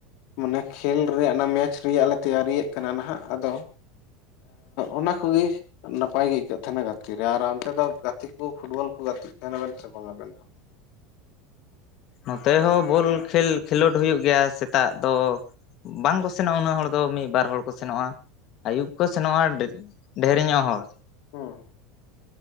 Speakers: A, on the left; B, on the left.
A: ᱢᱟᱱᱮ ᱠᱷᱮᱞ ᱨᱮᱭᱟᱜ ᱚᱱᱟ ᱢᱮᱪ ᱨᱮᱭᱟᱜ ᱞᱮ ᱛᱮᱭᱟᱨᱤᱭᱮᱫ ᱠᱟᱱᱟ ᱱᱟᱦᱟᱜ ᱟᱫᱚ ᱚᱱᱟ ᱠᱚᱜᱮ ᱱᱟᱯᱟᱭ ᱜᱮ ᱟᱹᱭᱠᱟᱹᱜ ᱛᱟᱦᱮᱱᱟ ᱜᱟᱛᱮ᱾ ᱛᱤᱨ ᱨᱮ ᱟᱨ ᱚᱱᱛᱮ ᱫᱚ ᱜᱟᱛᱮ ᱠᱚ ᱯᱷᱩᱴᱵᱚᱞ ᱠᱚ ᱜᱟᱛᱮᱜ ᱛᱟᱦᱮᱱᱟ ᱵᱮᱱ ᱥᱮ ᱵᱟᱝ ᱟᱵᱮᱱ ᱫᱚ᱾
B: ᱱᱚᱛᱮ ᱦᱚᱸ ᱵᱚᱞ ᱠᱷᱮᱞ ᱠᱷᱮᱞᱳᱰ ᱦᱩᱭᱩᱜ ᱜᱮᱭᱟ ᱥᱮᱛᱟᱜ ᱫᱚ᱾ ᱵᱟᱝᱠᱚ ᱥᱮᱱᱚᱜᱼᱟ ᱩᱱᱟᱹᱜ ᱦᱚᱲ ᱫᱚ ᱢᱤᱫᱵᱟᱨ ᱦᱚᱲ ᱠᱚ ᱥᱮᱱᱚᱜᱼᱟ᱾ ᱟᱹᱭᱩᱵ ᱠᱚ ᱥᱮᱱᱚᱜᱼᱟ ᱰᱷᱮᱨ ᱧᱚᱜ ᱦᱚᱲ᱾
A: ᱦᱩᱸ᱾